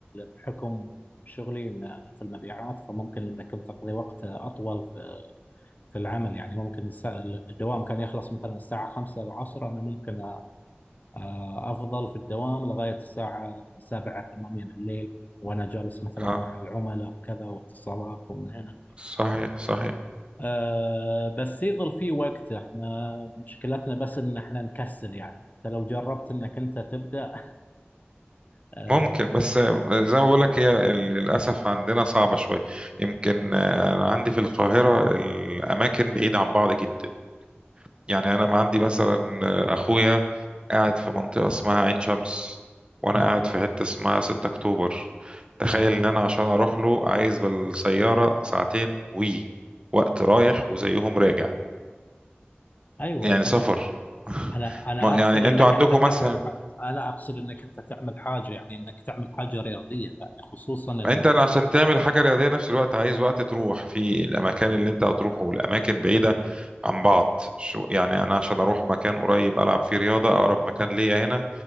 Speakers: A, on the left; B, on the right.
A: بحكم شغلي ان انا في المبيعات فممكن ان كنت اقضي وقت اطول في في العمل يعني ممكن الساعة الدوام كان يخلص مثلا الساعه 5 العصر انا ممكن آه، أفضل في الدوام لغاية الساعة سبعة ثمانية بالليل وأنا جالس مثلا
B: اه
A: مع العملاء وكذا واتصالات ومن هنا
B: صحيح صحيح
A: أه بس يظل في وقت احنا مشكلتنا بس ان احنا نكسل يعني انت لو جربت انك انت تبدأ <laughs> أه
B: ممكن بس آه، زي ما بقول لك هي ال- للاسف عندنا صعبه شويه يمكن آه، انا عندي في القاهره الاماكن بعيده عن بعض جدا يعني انا ما عندي مثلا آه، اخويا قاعد في منطقه اسمها عين شمس وانا
A: نعم
B: قاعد في حته اسمها 6 اكتوبر تخيل
A: مم.
B: ان انا عشان اروح له عايز بالسياره ساعتين وي وقت رايح وزيهم راجع
A: ايوه
B: يعني
A: تمام
B: سفر <laughs>
A: انا انا
B: ما
A: اقصد
B: يعني
A: انك
B: انتوا عندكم
A: انت تعمل
B: مثلا
A: حاجة انا اقصد انك انت تعمل حاجة يعني انك تعمل حاجة رياضية يعني خصوصا ان
B: انت أنا عشان تعمل حاجه رياضيه نفس الوقت عايز وقت تروح في الاماكن اللي انت هتروحه والاماكن بعيده عن بعض شو يعني انا عشان اروح مكان قريب العب فيه رياضه اقرب مكان ليا هنا